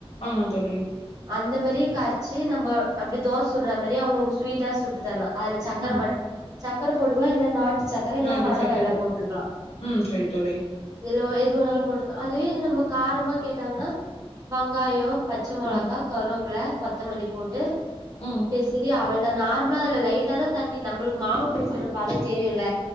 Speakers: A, on the left; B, on the right.
A: ஆமா தோழி
B: அந்த மாரியே கர்ச்சு நம்ப அப்டி தோஸ் சுட்ற மாரியே அவுங்ள்க்கு ஸ்வீட்டா சுட்டு தர்லா அதுல சக்கர
A: ம்.
B: மட் சக்கர போடுலா இல்ல நாட்டு சக் கர இல்ல
A: நாட்டு
B: பனவெல்லோ
A: சக்கர.
B: போட்ருக்கலா
A: ம். சரி தோழி.
B: இதுலோ எது வேணாலு போட்ருக் அதுவே நம்ப காரமா கேட்டாங்கனா வெங்காயோ, பச்ச மொளகா,
A: ம்.
B: கருவேப்பில, கொத்தமல்லி போட்டு
A: ம்,
B: பெசறி அவல் இந்த நார்மலா அதுல லைட்டா தா தண்ணி நம்பளுக் மாவு பெசைற பதோ தெரியுல்ல